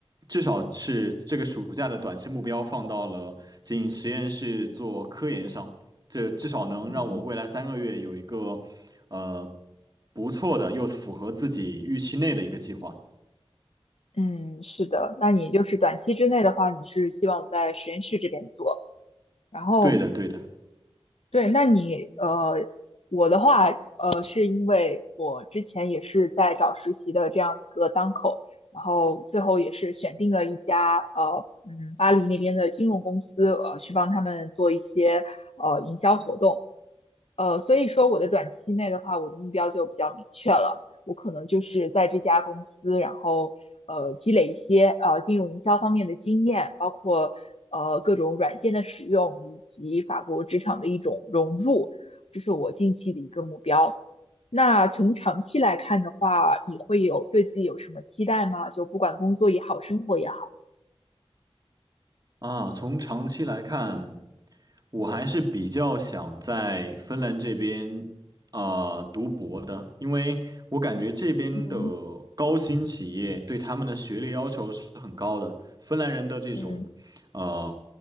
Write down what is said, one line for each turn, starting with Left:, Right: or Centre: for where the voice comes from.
Right: 至少是这个暑假的短期目标放到了进实验室做科研上，这至少能让我未来三个月有一个呃
Left: 嗯。
Right: 不错的又符合自己预期内的一个计划。
Left: 嗯，是的，那你就是短期之内的话，你是希望在实验室这边做，然后
Right: 对的，对的
Left: 对，那你呃，我的话，呃，是因为我之前也是在找实习的这样一个当口，然后最后也是选定了一家呃，嗯，巴黎那边的金融公司，呃，去帮他们做一些呃营销活动，呃，所以说我的短期内的话，我的目标就比较明确了。我可能就是在这家公司，然后呃积累一些呃金融营销方面的经验，包括呃各种软件的使用以及法国职场的一种融入，这是我近期的一个目标。那从长期来看的话，你会有对自己有什么期待吗？就不管工作也好，生活也好。
Right: 啊。从长期来看，我还是比较想在芬兰这边啊、呃读博的，因为我感觉这边的
Left: 嗯
Right: 高新企业对他们的学历要求是很高的，芬兰人的这种呃
Left: 嗯